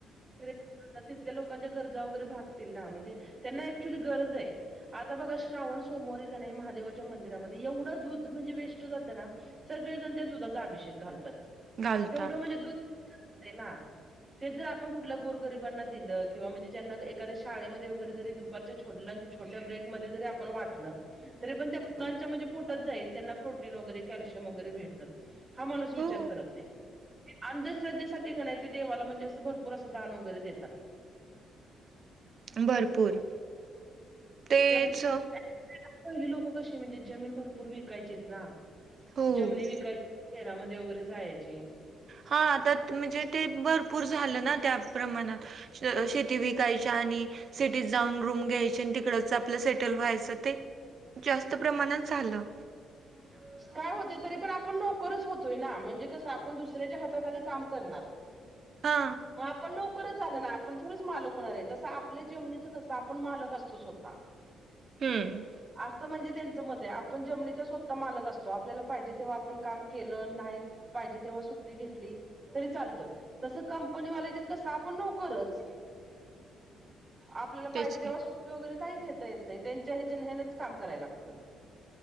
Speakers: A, on the right; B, on the right.
A: तर एक तिथल्या लोकांच्या गरजा वगैरे भागतील ना, म्हणजे त्यांना ऍक्च्युली गरज हाय. आता बघा श्रावण सोमवारी का नाही, महादेवाच्या मंदिरामध्ये एवढं दूध ते म्हणजे वेस्ट जातं ना, सगळेण त्या दुधाचा अभिषेक घालतात.
B: घालतात.
A: तेवढं म्हणजे दूध ते ना तेच जर आपण कुठल्या गोर गरिबांना दिलं किंवा म्हणजे ज्यांना एखाद्या शाळेमध्ये वगैरे जरी दुपारच्या छोडलं छोट्या ब्रेकमध्ये जरी आपण वाटलं, तरी पण त्या मुलांच्या म्हणजे पोटात जाईल. त्यांना प्रोटीन वगैरे कल्शियम वगैरे भेटल, हा माणूस विचार
B: हो,
A: करत नाही. अंधश्रद्धेसाठी का नाही, ते देवाला म्हणजे असं भरपूर असं दान वगैरे देतात.
B: भरपूर. तेच
A: त्या <unintelligible> पहिली लोकं कशी म्हणजे जमीन भरपूर विकायचीत ना.
B: हो.
A: जमनी विकाय केरामध्ये वगैरे जायची.
B: हा आता म्हणजे ते भरपूर झालं ना त्या प्रमाणात. शेती विकायच्या आणि सिटीत जाऊन रूम घ्यायचे आणि इकडच आपलं सेटल व्हायसाठी, ते जास्त प्रमाणात झालं.
A: <unintelligible> काय होतंय तरीपण आपण नोकरच होतोय ना. म्हणजे कसं आपण दुसऱ्याच्या हाताखाली काम करणार.
B: हा.
A: मग आपण नोकरच झाल ना, आपण थोडच मालक होणार आहे. तसं आपल्या जमनीच कसं आपण मालक असतो स्वतः.
B: हम्म
A: असं म्हणजे त्यांचं मत आहे. आपण जमनीत तो स्वतः मालक असतो. आपल्याला पाहिजे तेव्हा आपण काम केलं, नाही पाहिजे तेव्हा सुट्टी घेतली. तरी चालतं, तसं कंपनी वाल्याच्यात कसं आपण नोकरच.
B: <inaudible>
A: आपल्याला पाहिजे
B: तेच की
A: तेव्हा सुट्टी वगैरे काही घेता येत नाही, त्यांच्या ह्याच्यान हेनच काम करायला लागतं.